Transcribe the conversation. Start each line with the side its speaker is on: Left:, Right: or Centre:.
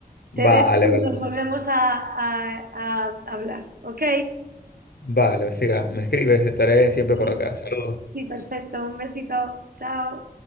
Left: Vale,
Right: Te dejo y
Left: vale.
Right: nos
Left: vale.
Right: volvemos a, a- a hablar, ¿ok?
Left: Vale, siga, me escribes, estaré siempre
Right: Sí,
Left: por acá. Saludos.
Right: sí, perfecto. Un besito. Chao.